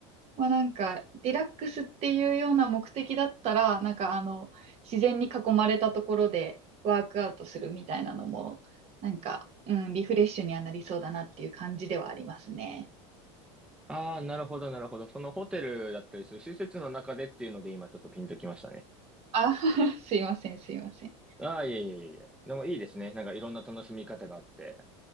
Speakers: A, on the right; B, in the centre.
A: まあなんか、リラックスっていうような目的だったら、なんかあの、自然に囲まれたところでワークアウトするみたいなのも、なんか、うん、リフレッシュにはなりそうだなっていう感じではありますね。
B: ああ、なるほど、なるほど。そのホテルだったりする施設の中でっていうので今ちょっとピンときましたね。
A: あ、<laughs> すいません、すいません。
B: ああ、いえいえいえ。でもいいですね。なんかいろんな楽しみ方があって。